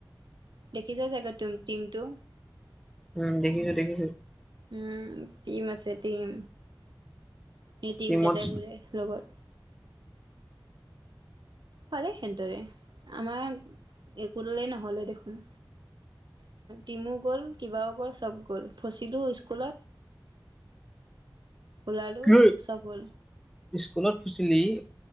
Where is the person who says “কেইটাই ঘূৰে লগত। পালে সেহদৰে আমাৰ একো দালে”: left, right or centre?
Right